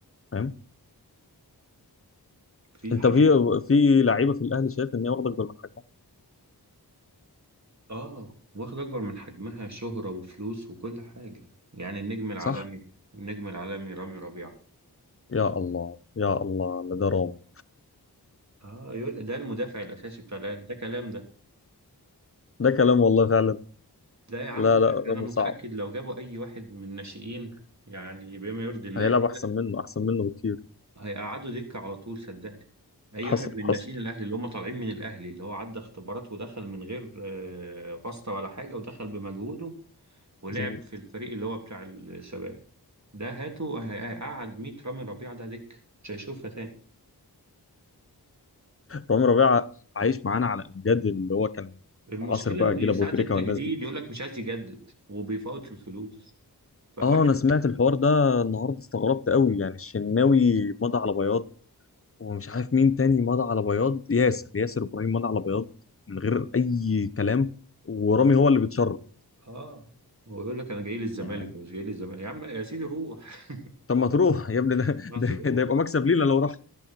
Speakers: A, on the left; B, on the right.
A: فاهم
B: في
A: أنت
B: حاجات
A: في في لعيبة في الأهلي شايف إن هي واخدة أكبر من حجمها
B: اه واخد اكبر من حجمها شهرة وفلوس وكل حاجة يعني النجم العالمي
A: صح؟
B: النجم العالمي رامي ربيعة
A: يا الله يا الله على ده رامي
B: اه يقول ده المدافع الاساسي بتاع الاهلي ده كلام ده
A: ده كلام والله فعلا
B: ده يا عم
A: لا
B: ده
A: لا رامي
B: انا متاكد
A: صعب
B: لو جابوا اي واحد من الناشئين يعني بما يرضي الله
A: هيلعب
B: كده
A: أحسن منه أحسن منه بكتير
B: هيقعدوا دكه على طول صدقني اي
A: حصل
B: واحد من
A: حصل
B: الناشئين الاهلي اللي هم طالعين من الاهلي اللي هو عدى اختبارات ودخل من غير آه، واسطه ولا حاجه ودخل بمجهوده ولعب
A: مظبوط
B: في الفريق اللي هو بتاع الشباب ده هاته هيقعد 100 رامي ربيعه ده دكه مش هيشوفها تاني
A: رامي ربيعة عايش معانا على أمجاد اللي هو كان
B: المشكله
A: عاصر بقى
B: ان
A: جيل أبو
B: ساعه
A: تريكة
B: التجديد
A: والناس دي
B: يقول لك مش عايز يجدد وبيفاوض في الفلوس فالواحد
A: اه انا سمعت الحوار ده النهارده استغربت قوي يعني الشناوي مضى على بياض ومش عارف مين تاني مضى على بياض ياسر ياسر ابراهيم مضى على بياض من غير اي كلام ورامي هو اللي بيتشرط
B: اه هو يقول لك انا جاي للزمالك
A: يعني
B: مش جاي للزمالك يا عم يا سيدي روح
A: طب ما تروح يا ابني
B: <laughs>
A: ده
B: ما
A: ده,
B: تروح
A: ده يبقى مكسب لينا لو راح